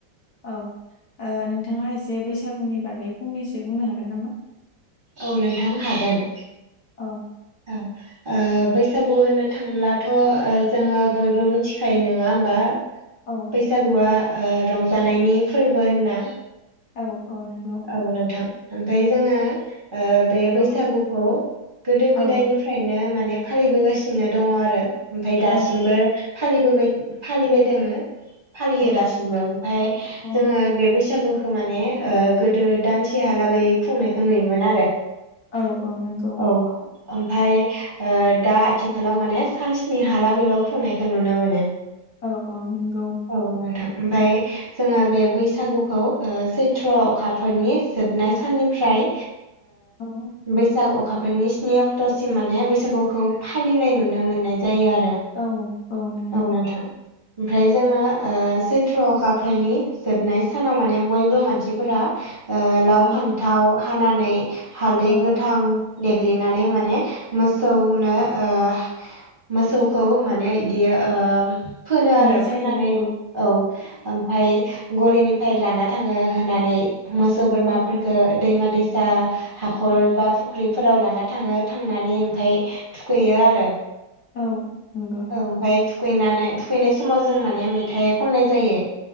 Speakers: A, on the left; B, on the right.
A: औ ओ नोंथाङा एसे बैसागुनि बागै फंनैसो बुंनो हागोन नामा
B: औ नोंथां हागोन
A: औ <inaudible>
B: औ ओ बैसागु होनो थांब्लाथ' जोङो बयबो मिथिखायो नङा होमबा
A: औ
B: बैसागुआ रंजानायनि फोरबो होनना
A: औ औ नोंगौ
B: औ नोंथां ओमफ्राय जोङो बे बैसागुखौ
A: औ
B: गोदो
A: औ
B: गोदायनि फ्रायनो माने फालिबोगासिनो दङ आरो ओमफ्राय दासिमबो
A: औ
B: फालिबोबाय फालिबाय दङो फालियो दासिमबो
A: औ
B: ओमफफ्राय
A: औ
B: जोङो बे बैसागोखौ माने गोदो दानसेहालागै खुंनायखौ नुयोमोन आरो
A: औ औ नंगौ
B: औ ओमफाय दा आथिखालाव माने सान्सनि हालागै ल खुंनायखौ नुनो मोनो
A: औ औ नोंगौ
B: औ नोंथां ओमफाय जोङो बे बैसागुखौ सैथ्र अखाफोरनि जोबनाय साननिफ्राय
A: औ
B: बैसाग अखाफोर फोरनि स्नि अक्ट'सिम माने बैसागुखौ फालिनाय नुनो मोननाय। जायो आरो
A: औ नंगौ
B: औ नोंथां। ओमफ्राय जोङो सैथ्र अखाफोरनि जोबनाय सानाव माने बयबो मानसिफोरा। लाव
A: औ
B: फान्थाव हानानै हालदै
A: औ
B: गोथां। देग्लिनानै माने मोसौनो ओ मोसौखौ माने बिदि फोनो
A: थुखैनाय
B: आरो
A: जायो
B: फोननानै औ ओमफ्रायो गलिनिफ्राय लाना थाङो होननानै मोसौ बोरमाफोरखो
A: औ
B: दैमा- दैसा जा हाखर बा फुख्रिफोराव लाना थाङो थांनानै ओमफ्राय थुखैयो आरो।
A: औ नंगौ।
B: ओमफ्राय थुखैनानै थुखैनाय समाव जों माने मेथाइ खननाय जायो।